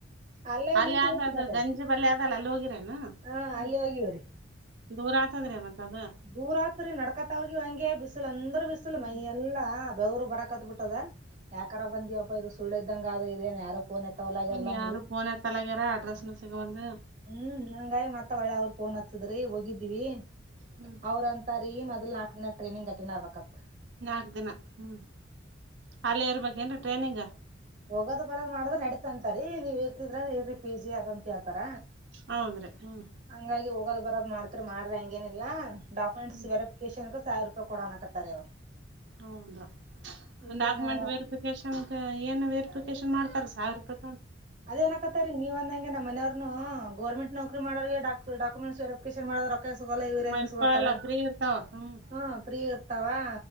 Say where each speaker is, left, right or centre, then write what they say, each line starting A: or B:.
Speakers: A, on the right; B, on the right.
A: ಅಲ್ಲೇ
B: ಅಲ್ಲಿ
A: ನಿಂತು
B: ಆದ
A: ಹಟ್ಟಿನ
B: ಅದು
A: ಕಡೆ
B: ಗಂಜಿ ಬಲ್ಲಿ ಅದಲ್ಲ ಅಲ್ಲಿ ಹೋಗಿರೇನು
A: ಹ
B: ಹ್ಮ್
A: ಅಲ್ಲೇ ಹೋಗಿವ್ರಿ
B: ದೂರ ಆತದ್ರಿ ಮತ್ತ ಅದು
A: ದೂರಾತ್ರಿ ನಡ್ಕ ಹಂಗೆ ಬಿಸಲ್ ಅಂದ್ರ ಬೀಸಲು
B: ಹ್ಮ್
A: ಮಯ ಎಲ್ಲಾ ಬೆವರು ಬರಕ ಹತ್ ಬಿಿಟ್ಟದ ಯಾಕರ ಬಂದಿವವಪ್ಪ ಇದು ಸುಳ್ಳದ ಇದಂಗ ಅದು ಇದೆನ್ ಯಾರ ಪೋನ್ ಎತ್ತವಲ್ಲರ್
B: ಹ್ಮ್
A: ಅಂದ
B: ಯಾರು ಫೋನ್ ಎತ್ತಲಾಗ್ಯಾರ ಅಡ್ರೆಸ್ನು ಸಿಗವಲ್ದು
A: ಹ್ಮ್ ನಂಗ ಮತ್ತ ಹೊಳ್ಳಿ ಅವರು ಫೋನ್ ಹ ಹದ್ರೆ ಹೋಗಿದ್ದೀವಿ
B: ಹ್ಮ್
A: ಅವ್ರಂತಾರೀ ಮ ನಾಲ್ಕು ದಿನ ಟ್ರೇನಿಂಗ್ ಅಟೆಂಡ್ ಆಗಬೇಕು ಅಂತ
B: ನಾಕ್ ದಿನ ಹ್ಮ್ ಅಲ್ಲೇ ಇರ್ಬೇಕೇನ್್ರ ಟ್ರನಿಂಗ್
A: ಹೋಗೋದು ಬರೋದ ಮಾಡ್ದ ನಡತಂತೆ ರಿ ನೀವ್ ಇರ್ತಿದ್ರ ಇರಿ ಪಿ ಜಿ ಅದಂತ ಹೇಳ್ತಾರ
B: ಹೌದ್ರಿ ಹ್ಮ್
A: ಹಂಗಾಗಿ ಹೋಗೋದ್ ಬರದ್ ಮಾಡ್ತ ಮಾರ ಏನಿಲ್ಲ ಡಕುಮೆಂಟ್ಸ್
B: ಹ್ಮ್
A: ವೆರಿಫಿಕೇಶನ್ ಸಾವಿರ ರೂಪಿ ಕೊಡೋ ಹಕತ್ತಾರೆ ಅವರು
B: ಹೌದಾ
A: ಈಗಿನ
B: ಡಾಕ್ಯುಮೆಂಟ್ ವೆರಿಫಿಕೇಶನ್ ಏನು ಫಿಕೇಶನ್ ಮಾಡತಾರೆ ಸಾವಿ ರೂಪಾಯ
A: ಅದೇ ನಕತ್ತ ರೀ ನೀವ ಅಂದಂಗೆ ನಮ್ಮನೆಯವ್ರುೂ ಗೋರ್ಮೆಂಟ್ ನೌಕರಿ ಮಾಡೋರಿಗೆ ಡಾ ಡಾಕುಮೆಂಟ್ಸ್ ವೆರಿಫಿಕೇಶನ್ ಮಾಡ ರೊಕ್ಕ ಸಿಗೋಲ್ಲ ಇವ್ರ ಹೆಂಗಗೆ
B: ಮನ್ಸ್ಕೊಳಲ್ಲ
A: ಇಸಕೋಟರ್
B: ಫ್ರೀ ಇರ್ತಾವ ಹ್ಮ್
A: ಹ ಫ್ರೀ ಇ ತವಾ